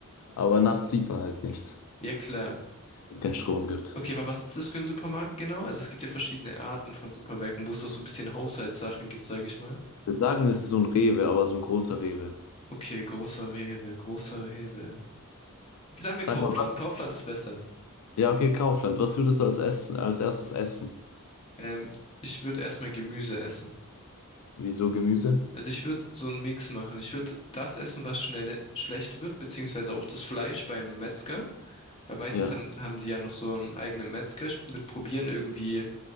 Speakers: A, on the left; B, on the left.
A: aber nachts sieht man halt nichts,
B: ja klar.
A: weil es keinen Strom
B: W-
A: gibt.
B: Okay, aber was ist das für ein Supermarkt genau? Also es gibt ja verschiedene Arten von Supermärkten, wo es doch so ein bisschen Haushaltssachen gibt, sage ich mal.
A: Wir sagen, es ist so ein Rewe, aber so ein großer Rewe.
B: Okay, großer Rewe, großer Rewe. Okay, sagen wir
A: Sag
B: Kaufland.
A: mal was.
B: Kaufland ist besser.
A: Ja, okay, Kaufland. Was würdest du als Essen, als erstes essen?
B: Ähm, ich würde erstmal Gemüse essen.
A: Wieso Gemüse?
B: Also ich würde so einen Mix machen. Ich würde das essen, was schnell schlecht wird, beziehungsweise auch das Fleisch beim Metzger. Weil meistens
A: Ja.
B: haben, haben die ja noch so einen eigenen Metzger. Ich würde probieren, irgendwie